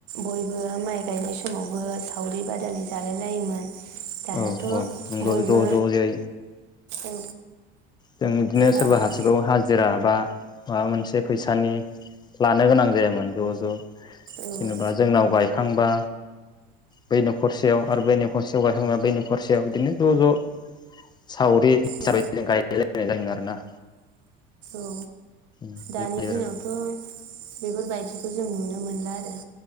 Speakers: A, on the right; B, on the left.
A: बयबो माइ गायनाय समावबो सावरि बादालि जालाय लायोमोन दानाथ'
B: औ औ नंगौ
A: बयबो
B: ज ज जायो
A: औ
B: जों इदिनो
A: दाथ'
B: सोरबा
A: औ
B: हासिगौ हाजिरा बा माबा मोनसे फैसानि लानो गोनां जायामोन ज ज
A: उम
B: जेनेबा जोंनाव गाय खांबा बै नखरसेयाव आरो बै नखरसे बा बै न खरसेयाव बिदिनो ज ज सावरि हिसाबै
A: औ
B: जों गायलाय लायो <unintelligible> आरोना।
A: औ
B: बेबायदि
A: दानि
B: आरो
A: दिनावथ' बेफोरबायदिखौ जों नुनो मोनला आरो